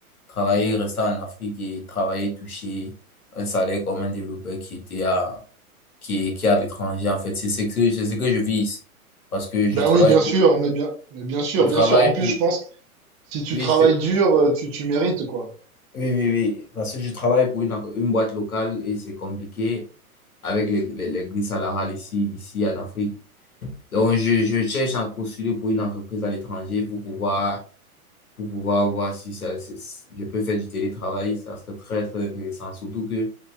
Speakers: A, on the left; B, on the right.
A: travailler, rester en Afrique et travailler, toucher un salaire comme un développeur qui était à, qui est, qui est à l'étranger, en fait. C'est ce que, c'est ce que je vise. Parce que je
B: Ben
A: travaille
B: oui, bien
A: pour,
B: sûr, mais bien, mais bien sûr,
A: je travaille
B: bien sûr. En plus,
A: pour,
B: je pense que si tu
A: oui,
B: travailles
A: je te-
B: dur, euh, tu, tu mérites quoi.
A: oui, oui, oui. Parce que je travaille pour une, entre- une boîte locale et c'est compliqué avec les, les, les grilles salariales ici, ici en Afrique. Donc, je, je cherche à postuler pour une entreprise à l'étranger pour pouvoir, pour pouvoir voir si ça, c'est- si je peux faire du télétravail. Ça serait très, très intéressant. Surtout que